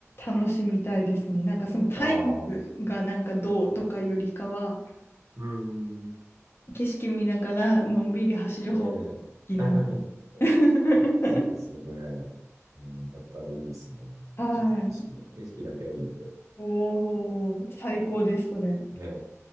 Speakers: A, on the left; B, on the right.
A: 楽しみたいですね。なんかそのタイム
B: ああ、
A: がなんかどうとかよりかは、
B: うん、
A: 景色見ながらのんびり走る方が好きなんで。
B: ええ。<laughs>
A: <laughs>
B: そうですよね。うん、だったらいいですよ。こっちは景色は。
A: はい。
B: 景色だけはいいんで。
A: おー、最高です、それ。
B: ええ、